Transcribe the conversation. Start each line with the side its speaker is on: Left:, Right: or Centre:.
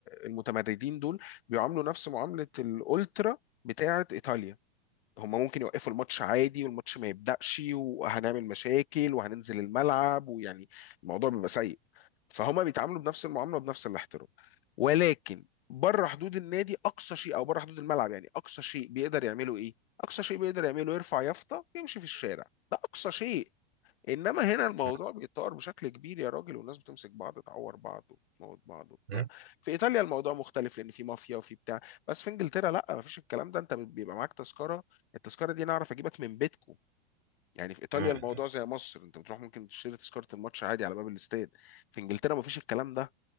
Left: المتمردين دول بيعاملوا نفس معامله الالترا بتاعه ايطاليا هم ممكن يوقفوا الماتش عادي والماتش ما يبدأش وهنعمل مشاكل وهننزل الملعب ويعني الموضوع بيبقى سيء فهما بيتعاملوا بنفس المعامله وبنفس الاحترام ولكن بره حدود النادي اقصى شيء او بره حدود الملعب يعني اقصى شيء بيقدر يعمله ايه اقصى شيء بيقدر يعمله يرفع يافطه ويمشي في الشارع ده اقصى شيء انما هنا الموضوع
Right: م-
Left: بيتطور بشكل كبير يا راجل والناس بتمسك بعض تعور بعض وتموت بعض وبتاع
Right: م-
Left: في ايطاليا الموضوع مختلف لان في مافيا وفي بتاع بس في انجلترا لا مفيش الكلام ده انت بيبقى معاك تذكره التذكره دي انا اعرف اجيبك من بيتكو يعني في ايطاليا
Right: م-
Left: الموضوع زي مصر انت بتروح ممكن تشتري تذكره الماتش عادي على باب الاستاد في انجلترا مفيش الكلام ده